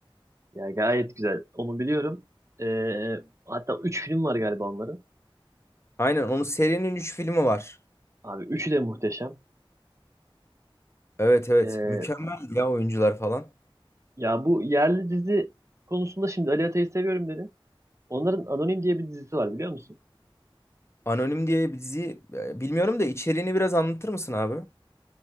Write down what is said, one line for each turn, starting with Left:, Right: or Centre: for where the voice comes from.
Right: Ya gayet güzel. Onu biliyorum. Ee, hatta 3 film var galiba onların.
Left: Aynen onun serinin 3 filmi var.
Right: Abi üçü de muhteşem.
Left: Evet evet.
Right: Ee,
Left: Mükemmel ya oyuncular falan.
Right: ya bu yerli dizi konusunda şimdi Ali Atay'ı seviyorum dedim. Onların Anonim diye bir dizisi var biliyor musun?
Left: Anonim diye bir dizi e, bilmiyorum da içeriğini biraz anlatır mısın abi?